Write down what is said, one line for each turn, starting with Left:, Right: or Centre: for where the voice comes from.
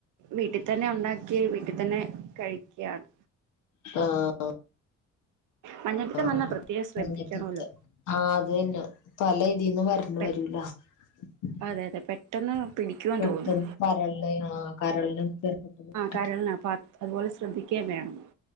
Right: വീട്ടിൽ തന്നെ ഉണ്ടാക്കി വീട്ടിൽ തന്നെ കഴിക്കയാണ്
Left: ആഹ്
Right: മഞ്ഞപ്പിത്തം
Left: ആഹ്
Right: വന്നാൽ പ്രത്യേകം ശ്രദ്ധിക്കണമല്ലോ
Left: ആ അതന്നെ പല ഇതിന്നും വരണ
Right: പെ
Left: വരൂലോ <unintelligible>
Right: അതെ അതെ പെട്ടെന്ന് പിടിക്കുവെന്ന് തോന്നുന്നു
Left: കരള് ആഹ് കരളിനകത്ത് <unintelligible>
Right: കരളിന്നാ അപ്പോ അതുപോലെ ശ്രദ്ധിക്കുകയും വേണം